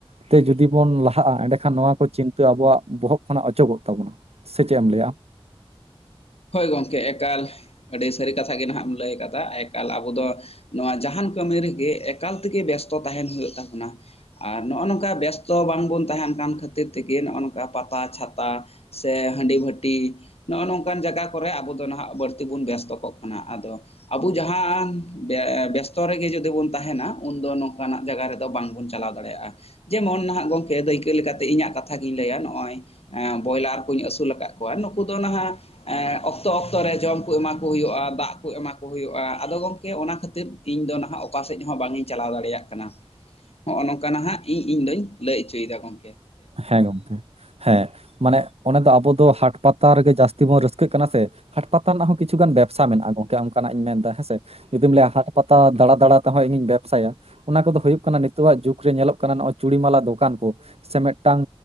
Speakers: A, on the right (about 85°); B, on the left (about 80°).
A: ᱛᱮ ᱡᱩᱫᱤ ᱵᱚᱱ ᱞᱟᱦᱟᱜᱼᱟ, ᱮᱸᱰᱮᱠᱷᱟᱱ ᱱᱚᱣᱟ ᱠᱚ ᱪᱤᱱᱛᱟᱹ ᱟᱵᱚᱣᱟᱜ ᱵᱚᱦᱚᱜ ᱠᱷᱚᱱᱟᱜ ᱚᱪᱚᱜᱚᱜ ᱛᱟᱵᱚᱱᱟ᱾ ᱥᱮ ᱪᱮᱫ ᱮᱢ ᱞᱟᱹᱭᱟ ᱟᱢ?
B: ᱦᱳᱭ ᱜᱚᱢᱠᱮ ᱮᱠᱟᱞ ᱟᱹᱰᱤ ᱥᱟᱹᱨᱤ ᱠᱟᱛᱷᱟ ᱜᱮ ᱱᱟᱦᱟᱜ ᱮᱢ ᱞᱟᱹᱭ ᱠᱟᱫᱟ ᱮᱠᱟᱞ ᱟᱵᱚ ᱫᱚᱼᱼ ᱱᱚᱣᱟ ᱡᱟᱦᱟᱸᱱ ᱠᱟᱹᱢᱤ ᱨᱮᱜᱮ ᱮᱠᱟᱞ ᱛᱮᱜᱮ ᱵᱮᱥᱛᱚ ᱛᱟᱦᱮᱸᱱ ᱦᱩᱭᱩᱜ ᱛᱟᱵᱚᱱᱟ᱾ ᱟᱨ ᱱᱚᱜᱼᱚ ᱱᱚᱝᱠᱟ ᱵᱮᱥᱛᱚ ᱵᱟᱝᱵᱚᱱ ᱛᱟᱦᱮᱸᱱ ᱠᱟᱱ ᱠᱷᱟᱹᱛᱤᱨ ᱛᱮᱜᱮ ᱱᱚᱜᱼᱚ ᱱᱚᱝᱠᱟ ᱯᱟᱛᱟ ᱪᱷᱟᱛᱟᱼᱼ ᱥᱮ ᱦᱟᱹᱰᱤ ᱵᱷᱟᱹᱴᱤ ᱱᱚᱜᱼᱚᱼᱼ ᱱᱚᱠᱟᱱ ᱡᱟᱭᱜᱟ ᱠᱚᱨᱮ ᱟᱵᱚ ᱫᱚ ᱱᱟᱦᱟᱜ ᱵᱟᱹᱲᱛᱤ ᱵᱚᱱ ᱵᱮᱥᱛᱚ ᱠᱚᱜ ᱠᱟᱱᱟ, ᱟᱫᱚ ᱟᱵᱚ ᱡᱟᱦᱟᱸ ᱵᱮᱥᱛᱚ ᱨᱮᱜᱮ ᱡᱩᱫᱤ ᱵᱚᱱ ᱛᱟᱦᱮᱸᱱᱟ, ᱩᱱᱫᱚ ᱱᱚᱝᱠᱟᱱᱟᱜ ᱡᱟᱭᱜᱟ ᱨᱮᱫᱚ ᱵᱟᱝᱵᱚᱱ ᱪᱟᱞᱟᱣ ᱫᱟᱲᱮᱭᱟᱜ-ᱟ ᱾ ᱡᱮᱢᱚᱱ ᱱᱟᱦᱟᱜ ᱜᱚᱢᱠᱮ ᱫᱟᱹᱭᱠᱟᱹ ᱞᱮᱠᱟᱛᱮ ᱤᱧᱟᱹᱜ ᱠᱟᱛᱷᱟ ᱜᱤᱧ ᱞᱟᱹᱭᱟ, ᱱᱚᱜ-ᱚᱭ ᱵᱚᱭᱞᱟᱨ ᱠᱩᱧ ᱟᱹᱥᱩᱞ ᱟᱠᱟᱫ ᱠᱚᱣᱟ ᱱᱩᱠᱩ ᱫᱚ ᱱᱟᱦᱟᱜ ᱮ ᱚᱠᱛᱚ ᱚᱠᱛᱚ ᱨᱮ ᱡᱚᱢ ᱠᱚ ᱮᱢᱟ ᱠᱚ ᱦᱩᱭᱩᱜ-ᱟ, ᱫᱟᱜ ᱠᱚ ᱮᱢᱟ ᱠᱚ ᱦᱩᱭᱩᱜ-ᱟ, ᱟᱫᱚ ᱜᱚᱢᱠᱮ ᱚᱱᱟ ᱠᱷᱟᱹᱛᱤᱨ ᱤᱧ ᱫᱚ ᱱᱟᱦᱟᱜ ᱚᱠᱟ ᱥᱮᱫ ᱦᱚᱸ ᱵᱟᱝ ᱤᱧ ᱪᱟᱞᱟᱣ ᱫᱟᱲᱮᱭᱟᱜ ᱠᱟᱱᱟ᱾ ᱦᱚᱜ-ᱚ ᱱᱚᱝᱠᱟ ᱱᱟᱦᱟᱜ ᱤᱧ ᱤᱧᱫᱩᱧ ᱞᱟᱹᱭ ᱚᱪᱚᱭ ᱮᱫᱟ ᱜᱚᱢ
A: ᱦᱮᱸ ᱜᱚᱢᱠᱮ <inaudible> ᱦᱮᱸ ᱾ ᱢᱟᱱᱮ ᱚᱱᱮ ᱛᱚ ᱟᱵᱚ ᱫᱚ ᱦᱟᱴ ᱯᱟᱛᱟ ᱨᱮᱜᱮ ᱡᱟᱹᱥᱛᱤ ᱵᱚᱱ ᱨᱟᱹᱥᱠᱟᱹᱜ ᱠᱟᱱᱟ ᱥᱮ᱾ ᱦᱟᱴ ᱯᱟᱛᱟ ᱨᱮᱱᱟᱜ ᱦᱚᱸ ᱠᱤᱪᱷᱩ ᱜᱟᱱ ᱵᱮᱵᱽᱥᱟ ᱢᱮᱱᱟᱜ-ᱟ ᱜᱚᱝᱠᱮ ᱚᱱᱠᱟᱱᱟᱜ ᱤᱧ ᱢᱮᱱ ᱮᱫᱟ ᱦᱮᱸ ᱥᱮ ᱾ ᱡᱩᱫᱤᱢ ᱞᱟᱹᱭᱟ ᱦᱟᱴ ᱯᱟᱛᱟ ᱫᱟᱬᱟ ᱫᱟᱬᱟ ᱛᱮᱦᱚᱸ ᱤᱧᱤᱧ ᱵᱮᱵᱽᱥᱟᱭᱟ ᱚᱱᱟ ᱠᱚᱫᱚ ᱦᱩᱭᱩᱜ ᱠᱟᱱᱟ ᱱᱤᱛᱳᱜᱟᱜ ᱡᱩᱜᱽ ᱨᱮ ᱧᱮᱞᱚᱜ ᱠᱟᱱᱟ ᱱᱚᱜ-ᱚ ᱪᱩᱲᱤ ᱢᱟᱞᱟ ᱫᱚᱠᱟᱱ ᱠᱚ ᱥᱮ ᱢᱤᱫᱴᱟᱝ